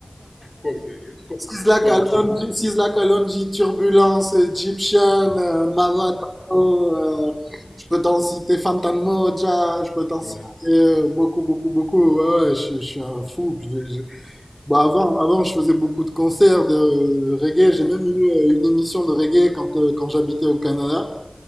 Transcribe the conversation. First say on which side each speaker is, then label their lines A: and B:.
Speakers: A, on the left; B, in the centre.
A: Comme, comme,
B: Sisla Kalonji,
A: comme qui
B: Sisla Kalonji, Turbulence, Egyptian, euh, Maradano, euh, je peux t'en citer Fantan Moja, je peux t'en
A: ouais,
B: citer euh, beaucoup, beaucoup, beaucoup. Ouais, ouais, je, je suis un fou. Puis je- je- Bon, avant, avant, je faisais beaucoup de concerts de, de reggae. J'ai même eu euh, une émission de reggae quand, euh, quand j'habitais au Canada.